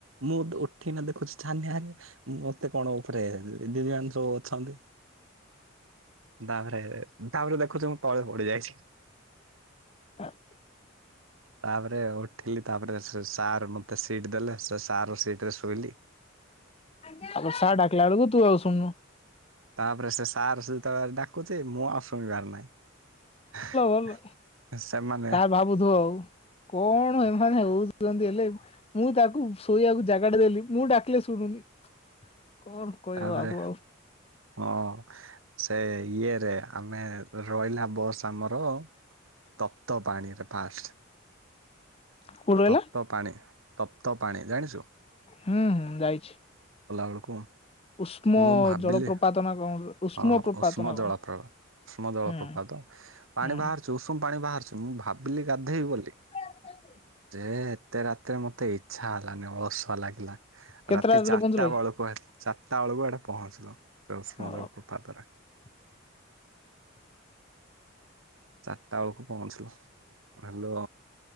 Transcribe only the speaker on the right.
ମୁଁ ତ ଉଠିକିନା ଦେଖୁଛି, ଛାନିଆରେ ମତେ କଣ ଉପରେ ଦିଦି ମାନେ ସବୁ ଅଛନ୍ତି। ତାପରେ ତାପରେ ଦେଖୁଛି ମୁଁ ତଳେ ପଡି ଯାଇଛି।
ତାପରେ ଉଠିଲି ତାପରେ ସେ ସାର ମତେ ସିଟ ଦେଲେ ସେ ସାରର ସିଟରେ ଶୋଇଲି
ତାପରେ ସେ ସାର୍ ସେ ଯେତେବେଳେ ଆଉ ଡାକୁୁଚି ମୁଁ ଆଉ ଶୁଣିବାର ନାହିଁ।
ସେମାନେ
ତାପରେ
ହଁ ସେ ଏଇ ଇଏରେ ଆମେ ରହିଲା ବସ ଆମର ତପ୍ତବାଣୀରେ ଫାଷ୍ଟ
ତପ୍ତପାଣି ତପ୍ତପାଣି ଜାଣିଚୁ?
ବେଳକୁ
ମୁଁ ଭାବିଲି
ହଁ
ଉଷ୍ମ
ଜଳାପ୍ରଭା ଉଷ୍ମ ଜଳପ୍ରପାତ
ପାଣି
ବାହାରୁଚି ଉଷୁମ ପାଣି ବାହାରୁଚି ମୁଁ ଭାବିଲି ଗାଧେଇବି ବୋଲି।
ଯେ ଏ ଏତେ ରାତିରେ ମତେ ଇଚ୍ଛା ହେଲାନି ଅଳସୁଆ ଲାଗ୍ ଗିଲା
ରାତି
ଚାରିଟା
ବେଳକୁ ହେ-ଚାରଟା ବେଳକୁ ୟାଡେ ପହଞ୍ଚିଲୁ। ସେ ଉଷ୍ମ
ଜଳ ପ୍ରପାତାର।
ଚାରଟା ବେଳକୁ ପହଞ୍ଚିଲୁ ହଲୋ।